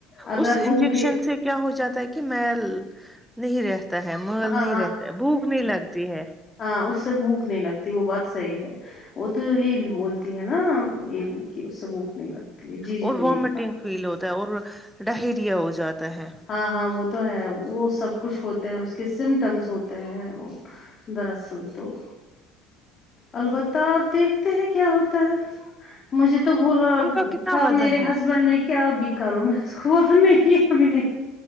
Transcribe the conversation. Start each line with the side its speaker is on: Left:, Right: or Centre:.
Left: اگر
Centre: اس
Left: ہوں
Centre: انجیکشن
Left: گے
Centre: سے کیا ہو جاتا ہے کہ کہ محل نہیں رہتا ہے مل
Left: ہاں
Centre: نہیں رہتا بھوک نہیں لگتی ہے
Left: ہ اس سے بھوک نہیں لگتی وہ بہت صحیح ہے وہ تو یہ بھی بولتی ہے نا یہ بھی کہ اس سے بھوک نہیں لگتی ہے جی جی
Centre: اور
Left: بھی
Centre: وامٹنگ
Left: نہیں کھاتی
Centre: فیل ہوتا ہے اور ڈاہیریا ہو جاتا ہے
Left: ہاں ہاں وہ تو ہے وہ سب کچھ ہوتے ہیں اس کے سمٹمس ہوتے ہیں وہ دراصل تو البتہ آپ دیکھتے ہیں کیا ہوتا ہے مجھے تو بولا
Centre: ان کا کتنا
Left: تھا
Centre: وزن
Left: میرے
Centre: ہے
Left: ہسبینڈ نے کیا ابھی کرو میں بلا نہیں ابھی نہیں